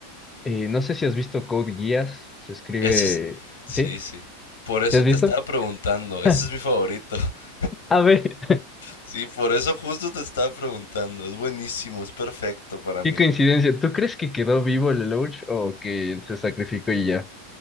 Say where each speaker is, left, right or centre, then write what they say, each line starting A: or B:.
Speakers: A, on the left; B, on the left.
A: eh, no sé si has visto Code Geass, se escribe,
B: Ese es... Sí,
A: ¿sí?
B: sí. Por eso
A: ¿Sí has
B: te
A: visto?
B: estaba preguntando.
A: <laughs>
B: Ese es mi favorito. <laughs>
A: A ver,
B: Sí, por eso justo te estaba preguntando. Es buenísimo, es perfecto
A: <laughs>
B: para
A: qué
B: mí.
A: coincidencia, ¿tú crees que quedó vivo el Lelouch o que se sacrificó y ya?